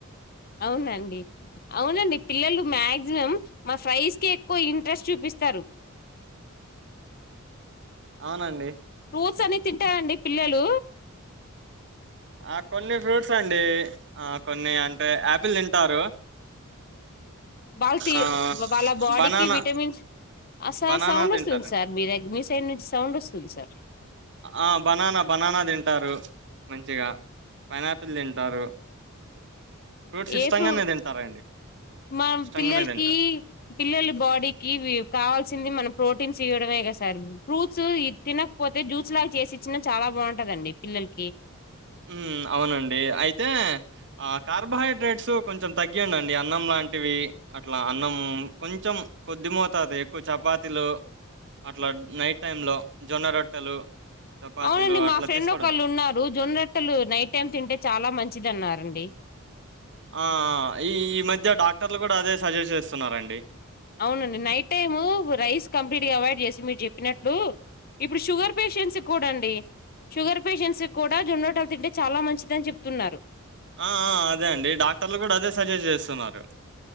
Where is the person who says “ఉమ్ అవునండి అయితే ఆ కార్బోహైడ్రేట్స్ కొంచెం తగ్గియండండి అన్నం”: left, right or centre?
Right